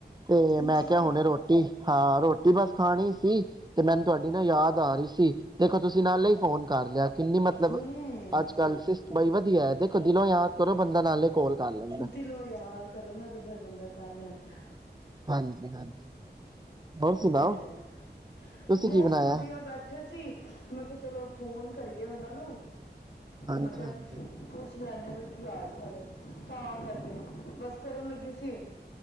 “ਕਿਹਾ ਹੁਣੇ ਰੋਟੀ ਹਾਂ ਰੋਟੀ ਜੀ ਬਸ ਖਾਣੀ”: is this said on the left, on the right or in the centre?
Right